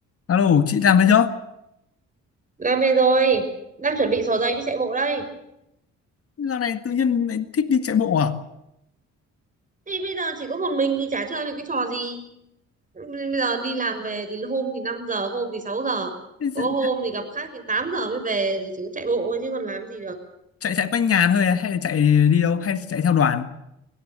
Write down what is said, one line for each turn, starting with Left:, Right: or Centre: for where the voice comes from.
Left: Alo, chị làm đấy chưa?
Right: Làm về rồi, đang chuẩn bị xỏ giày đi chạy bộ đây.
Left: Dạo này tự nhiên lại thích đi chạy bộ à?
Right: Thì bây giờ chỉ có một mình thì chả chơi được cái trò gì. Bây giờ đi làm về thì hôm thì 5 giờ, hôm thì 6 giờ.
Left: Thế dự-
Right: Có hôm thì gặp khách đến 8 giờ mới về thì chỉ có chạy bộ thôi chứ còn làm gì được.
Left: Chạy chạy quanh nhà
Right: Ai
Left: thôi à?
Right: chạy
Left: hay
Right: với
Left: là
Right: mình?
Left: chạy đi đâu hay chạy theo đoàn?